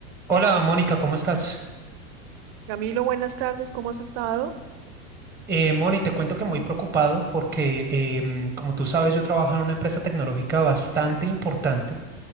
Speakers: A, in the centre; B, on the right (about 45°).
A: Hola Mónica, ¿cómo estás?
B: Camilo, buenas tardes, ¿cómo has estado?
A: Eh, Moni, te cuento que muy preocupado porque, em, como tú sabes, yo trabajo en una empresa tecnológica bastante importante